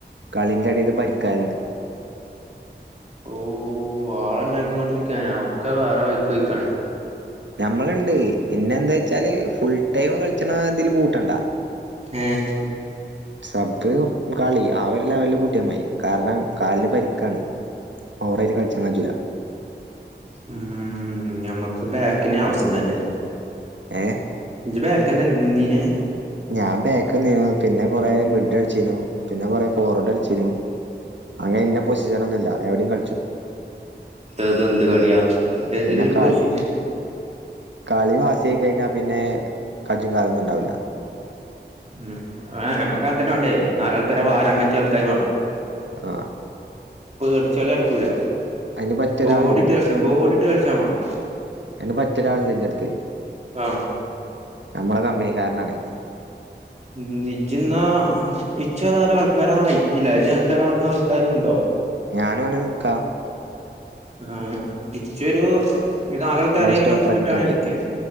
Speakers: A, on the right (about 85°); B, on the right (about 35°).
A: കളിന്റെ ഇടേന്ന് പരിക്കാല്ലേ
B: ഓ വാള ഇണ്ടാക്കൊണ്ടിരിക്കാനാ ഒക്കെ വേറെ വൈക്കോയിക്കണ
A: ഞമ്മളുണ്ട് പിന്നെ എന്താ വച്ചാല് ഫുൾടൈം കളിച്ചണ ഇതില് കൂട്ടണ്ട
B: ഏഹ്
A: സബ് കളി ആ ഒരു ലെവലില് കൂട്ടിയമായി കാരണം കാലിന് പരിക്കാണ്. ഓറൈൽ കൾ ചങ്ങാ ജല
B: ഉം നമ്മക്ക് ബാക്കിന ആവശ്യം തന്നെ
A: ഏ
B: ബയാക്കനല്ല നിന്നീനെ
A: ഞാൻ ബാക്ക നി പിന്നെ കൊറെ മിഡിൽ അളിച്ചീനു പിന്നെ കൊറ ഫോർവേഡ് അലിച്ചനു അങ്ങനെ ഇന്ന പൊസിഷനൊന്നുമില്ല എവിടയും കളിച്ചു
B: ഇത്ന്ത് കളിയാ ഏതി
A: പിന്നെ
B: പോ
A: കാൽ
B: വിശേഷ
A: കളി മാസ ആ കഴിഞ്ഞാ പിന്നെ കജും കാലൊന്നും ഉണ്ടാവില്ല
B: ഉ ആ നമ്മുക്ക് തന്നെ വണ്ടേ നാലാൾക്കാര വാരാൻ പറ്റിയ ആൾക്കാാര് വേണം
A: ആ
B: കടിച്ചാലേ ഇറക്കൂരാ
A: അയിന് പറ്റിയ
B: ബോഡി
A: ഒരാളുണ്ട്
B: ഇട്ട് കളിച്ചാ ബോഡി ഇട്ട് കളിച്ചാൽ വേണം
A: അന് പറ്റൊരാളണ്ട് എന്റെ അടുത്ത്
B: ആഹ
A: നമ്മളെ കമ്പനിക്കാരനാണേ
B: ഉ നിജിന്ന നിച്ചതാലും ആൾക്കാരത് നയിറ്റില്ലജ എൻന്റെറെ അവിടുന്ന് ആൾക്കാരുണ്ടോ
A: ഞാന ഓനെ നിൽക്കാ
B: ആ ഇച്ചൊരു ഇത് ആളുകൾക്കാരങ്കിലുംക്ക്
A: ഓനെ സ്റ്റോപ്പറാക്കി
B: കിട്ടവാണെങ്ക
A: ഇട്ടാ മതി
B: എടുക്കേ